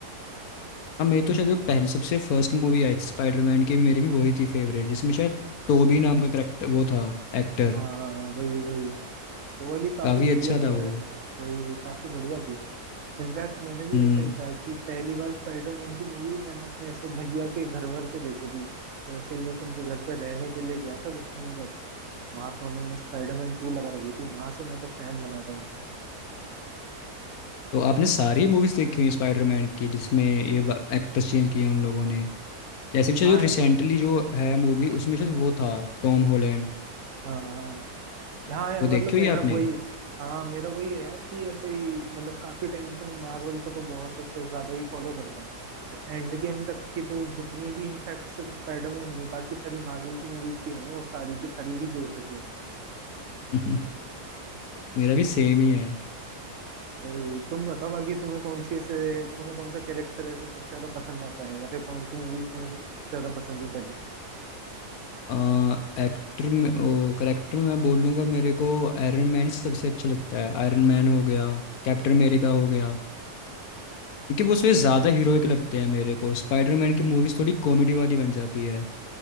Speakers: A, on the left; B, on the right.
A: हाँ मेरी तो शायद जो पहले सबसे फर्स्ट मूवी आई थी स्पाइडरमैन की मेरी भी वही थी फेवरेट जिसमें शायद टोबी नाम का करेक्टर वो था एक्टर
B: हाँ वही वही वो वाली काफी
A: काफी
B: बढ़िया
A: अच्छा
B: थी
A: था
B: यार
A: वो
B: वही काफी बढ़िया थी इनफैक्ट मैंने भी
A: हम्म
B: ऐसा ही था कि पहली बार स्पाइडरमैन की मूवी मैंने अपने ऐसे भैया के घर वर पे देखी थी ऐसे ही बस उनके घर पे रहने के लिए गया था कुछ टाइम तक वहां पे उन्होंने स्पाइडरमैन टू लगा रखी थी वहां से मैं तो फैन बना था इन सबका
A: तो आपने सारी मूवीज देखी हुई हैं स्पाइडरमैन की जिसमें ये एक्टर्स चेंज किए हैं उन लोगों ने जैसे भी शायद
B: हाँ
A: जो रिसेंटली जो है मूवी उसमें शायद वो था टॉम हॉलैंड
B: हाँ हाँ हाँ यार
A: वो देखी
B: मतलब मेरा
A: हुई है आपने
B: वही है हाँ मेरा वही है यार कि ऐसे ही मतलब काफी टाइम से मैं मार्वल को तो बहुत ऐसे ज्यादा ही फॉलो करता हूँ तो एंड गेम तक की तो जितनी भी इनफैक्ट सिर्फ स्पाइडरमैन नहीं बाकी सारी मार्वल की मूवीज भी हैं वो सारी की सारी ही देख रखी है
A: <laughs> हम्म, मेरा भी सेम ही है
B: तो ये तुम बताओ बाकी तुम्हें कौन सी ऐसे तुम्हें कौन सा कैरेक्टर ऐसे सबसे ज्यादा पसंद आता है या फिर कौन सी मूवीज तुम्हें सबसे ज्यादा पसंद थी पहले
A: एक्टर में ओ करेक्टर में मैं बोल लूँगा मेरे को आयरन मैन सबसे अच्छा लगता है आयरन मैन हो गया कैप्टन अमेरिका हो
B: हम्म।
A: गया क्योंकि वो उसमें ज़्यादा हीरोइक लगते हैं मेरे को स्पाइडरमैन की मूवीज़ थोड़ी कॉमेडी वाली बन जाती है